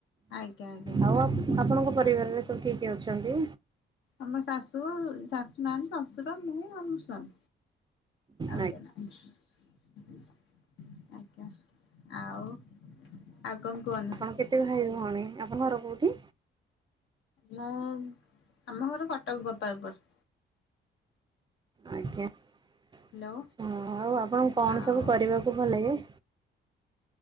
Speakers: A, on the left; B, on the right.
A: ଆଜ୍ଞା ଆଜ୍ଞା।
B: ଆଉ ଆପ ଆପଣଙ୍କ
A: ହଁ
B: ପରିବାରରେ। ସବୁ କିଏ କିଏ ଅଛନ୍ତି।
A: ଆମ ଶାଶୁ ଶାଶୁ ନାହାନ୍ତି ଶ୍ୱଶୁର ମୁଁ ଆଉ ମୋ ସ୍ଵାମି। ଆଉ
B: ଆଜ୍ଞା
A: କିଏ ନାହାନ୍ତି। ଆଜ୍ଞା ଆଉ ଆଉ କଣ କୁହନ୍ତୁ।
B: ଆପଣ କେତେ ଭାଇ ଭଉଣୀ ଆପଣଙ୍କ ଘର କୋଉଠି।
A: ମୁଁ ଆମ ଘର କଟକ ଗୋପାଳପୁର।
B: ଆଜ୍ଞା ଆଛା
A: ହ୍ୟାଲୋ
B: ଆଉ ଆପଣଙ୍କୁ କଣ
A: ଆଉ
B: ସବୁ କରିବାକୁ ଭଲ ଲାଗେ।